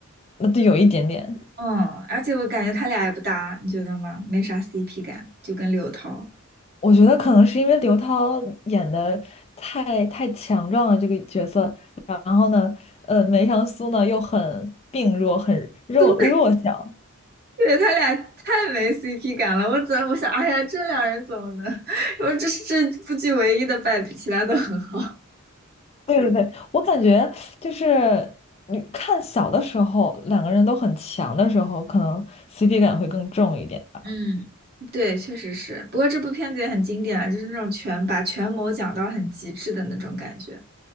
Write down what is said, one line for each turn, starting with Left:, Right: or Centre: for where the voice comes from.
Left: 那对，有一点点。
Right: 嗯，而且我感觉他俩也不搭，你觉得吗？没啥 CP 感，就跟刘涛。
Left: 我觉得可能是因为刘涛演的太太强壮了这个角色，然后呢，呃，梅长苏呢又很病弱，很弱弱小。
Right: <laughs> 对，对，他俩太没 CP 感了。我怎我想，哎呀，这两人怎么能？<laughs> 我这是这部剧唯一的败笔，其他都很好。
Left: 对对对，我感觉就是你看小的时候，两个人都很强的时候，可能 CP 感会更重一点吧。
Right: 嗯，对，确实是。不过这部片子也很经典了，就是那种权把权谋讲到很极致的那种感觉。